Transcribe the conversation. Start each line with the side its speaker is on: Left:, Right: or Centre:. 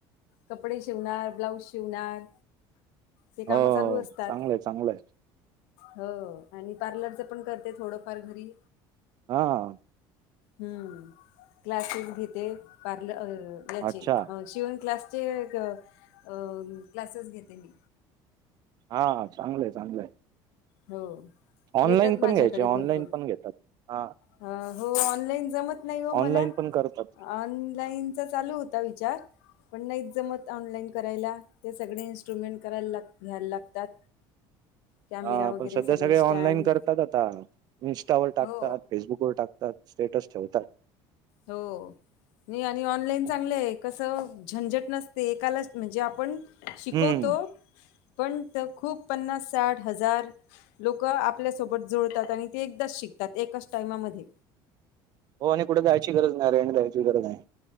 Left: कपडे शिवणार ब्लाऊज शिवणार. ते काम
Right: हो
Left: चालू असतात.
Right: चांगलंय चांगलंय
Left: हो आणि पार्लरच पण करते थोडंफार घरी.
Right: हा.
Left: हम्म क्लासेस घेते पार्ल याचे
Right: अच्छा
Left: शिवून क्लासचे क अ क्लासेस घेते मी.
Right: हा चांगलंय चांगलंय.
Left: हो.
Right: ऑनलाईन
Left: येतात माझ्याकडे
Right: पण घ्यायचे ऑनलाईन
Left: भरपूर
Right: पण घेतात हा.
Left: अ हो ऑनलाईन जमत नाही हो
Right: ऑनलाईन
Left: मला.
Right: पण करतात
Left: ऑनलाईनचा चालू होता विचार. पण नाहीत जमत ऑनलाईन करायला ते सगळे इन्स्ट्रुमेंट करायला लाग घ्यायला लागतात. कॅमेरा
Right: हा
Left: वगैरे
Right: पण सध्या
Left: सगळं
Right: सगळे ऑनलाईन
Left: स्टँड
Right: करतात आता इन्स्टावर टाकतात.
Left: हो
Right: फेसबुकवर टाकतात स्टेटस ठेवतात.
Left: हो, नी आणि ऑनलाईन चांगलंय कसं झंझट नस ते एकालाच म्हणजे आपण शिकवतो
Right: हम्म
Left: पण त खूप पन्नास साठ हजार लोक आपल्यासोबत जुडतात आणि ते एकदाच शिकतात एकाच टाइमामध्ये.
Right: हो आणि कुठे द्यायची गरज नाही रेंड द्यायची गरज नाही.